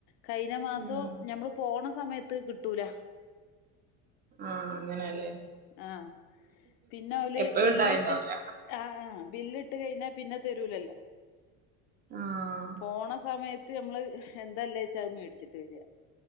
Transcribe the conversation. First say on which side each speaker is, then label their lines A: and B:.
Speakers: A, on the left; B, on the right.
A: കഴിഞ്ഞ മാസും
B: ഉം
A: ഞമ്മള് പോണ സമയത്ത് കിട്ടൂല.
B: ആഹ് അങ്ങനെല്ലേ.
A: ആഹ് പിന്നെ ഓല്
B: എപ്പഴും
A: ബില്ലിട്ട്.
B: ഉണ്ടായിണ്ടാവൂല
A: ആഹ് ബില്ലിട്ട് കഴിഞ്ഞാൽ പിന്നെ തരൂലല്ലോ.
B: ആഹ്
A: പോണ സമയത്ത് നമ്മള് എന്തല്ലേച്ചാ അത് മേട്ച്ചിട്ട് വെര